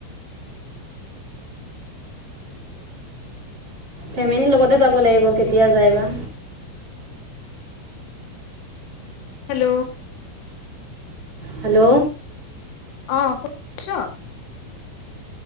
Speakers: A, on the right; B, on the left.
A: ফেমিলিৰ লগতে যাব লাগিব কেতিয়া যায় বা।
B: হেল্ল'।
A: হেল্ল'।
B: অ', শুনি আছ'?